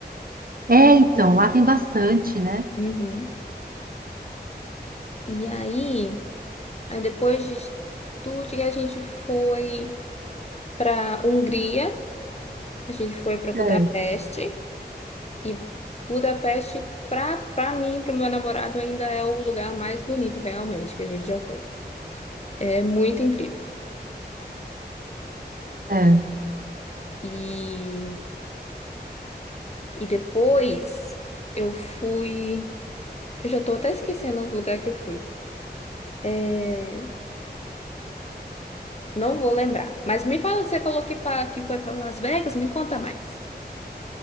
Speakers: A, on the right; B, on the left.
A: é, então, lá tem bastante, né?
B: Uhum. E aí, aí depois de Estúdio, a gente foi para Hungria, a gente foi para Budapeste.
A: É,
B: E Budapeste, pra, pra mim, para meu namorado, ainda é o lugar mais bonito, realmente, que a gente já foi. É muito incrível.
A: é.
B: E E depois eu fui. Eu já tô até esquecendo os lugares que eu fui. É, Não vou lembrar. Mas me fala, você falou que, fa- que foi para Las Vegas, me conta mais.